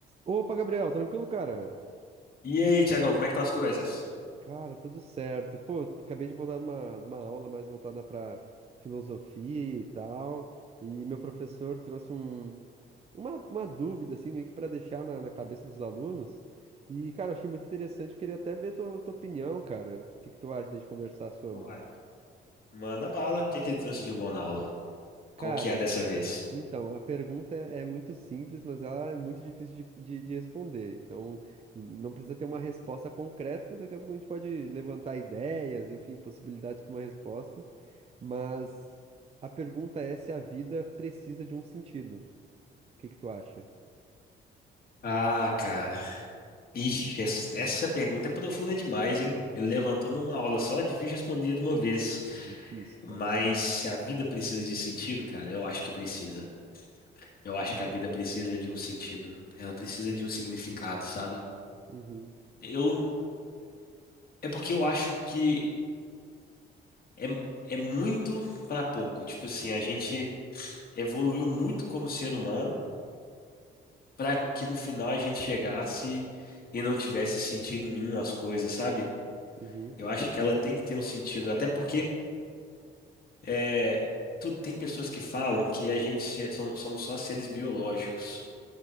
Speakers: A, on the right; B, on the left.
A: Opa, Gabriel, tranquilo, cara?
B: E aí, Tiagão, como é que estão as coisas?
A: Cara, tudo certo. Pô, acabei de voltar de uma, de uma aula mais voltada para filosofia e tal, e meu professor trouxe um, uma, uma dúvida, assim, meio que para deixar na, na cabeça dos alunos. E, cara, eu achei muito interessante, queria até ver tua, tua opinião, cara. O que que tu acha de a gente conversar sobre?
B: Uai. Manda bala. O que que ele trouxe de bom na aula?
A: Cara,
B: Qual que é dessa vez?
A: Então, a pergunta é é muito simples, mas ela é muito difícil de, de, de responder. Então, n- não precisa ter uma resposta concreta. Daqui a pouco a gente pode levantar ideias, enfim, possibilidades para uma resposta. Mas a pergunta é se a vida precisa de um sentido. O que que tu acha?
B: Ah, cara. Ixi, es- essa pergunta é profunda demais, hein? Ele levantou numa aula só, difícil responder de uma vez.
A: Difícil, cara.
B: Mas se a vida precisa de sentido, cara, eu acho que precisa. Eu acho que a vida precisa de um sentido. Ela precisa de um significado, sabe?
A: Uhum,
B: Eu, é porque eu acho que é, é muito para pouco. Tipo assim, a gente evoluiu muito como ser humano. para que no final a gente chegasse e não tivesse sentido nenhum as coisas, sabe?
A: uhum.
B: Eu acho que ela tem que ter um sentido, até porque é, tu- tem pessoas que falam que a gente se- som- somos só seres biológicos.